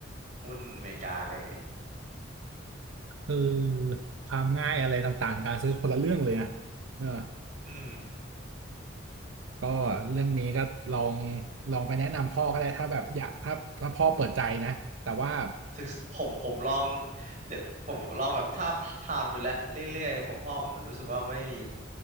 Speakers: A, on the right (about 40°); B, on the right (about 85°).
A: หุ้นอเมริกาเลย
B: คือ
A: เออ
B: ความง่ายอะไรต่างๆในการซื้อคนละเรื่องเลยนะเออ
A: อืม
B: ก็เรื่องนี้ก็ลองลองไปแนะนำพ่อก็ได้ถ้าแบบอยากถ้าถ้าพ่อเปิดใจนะแต่ว่า
A: แต่ศึกษผมผมลองเรียกผมลองแบบทาบทามดูแลวเรื่อยๆผมพ่อผมรู้สึกว่าไม่มี